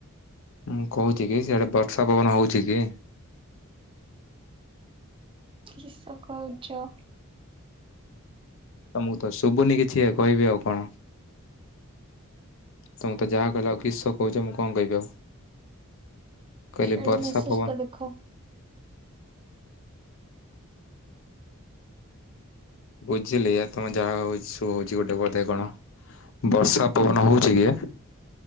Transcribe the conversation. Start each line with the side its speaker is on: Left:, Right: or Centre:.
Left: ମୁଁ କହୁଚି କି ସେଆଡେ ବର୍ଷା ପବନ ହଉଚି କି?
Right: କିସ କଉଚ?
Left: ତମକୁ ତ ଶୁବୁନି କିଛି କଇବି ଆଉ କଣ? ତମୁକୁ ତ ଯାହା କଇଲା ଳୁକୁ କିିସ କଉଚ ମୁଁ କଣ କଇବି ଆଉ। କଇଲି
Right: ସିଆଡେ
Left: ବର୍ଷା
Right: ମେସେଜ
Left: ପବନ
Right: ଟା ଦେଖ
Left: ବୁଝିଲି ତମ ଯାହା ହୋଉଚି ସୋ ହୋଉଚି ଗୋଟେ ବୋଧେ କଣ? ବର୍ଷା ପବନ ହୋଉଚି କିଏ?